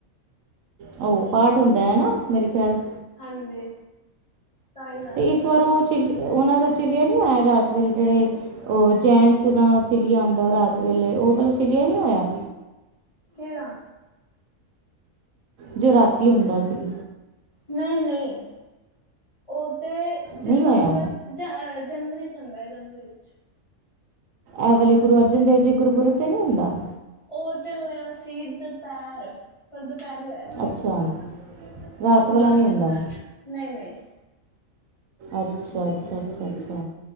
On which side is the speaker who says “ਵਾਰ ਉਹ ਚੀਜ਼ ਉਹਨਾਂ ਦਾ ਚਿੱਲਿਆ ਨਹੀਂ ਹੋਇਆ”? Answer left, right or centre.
Right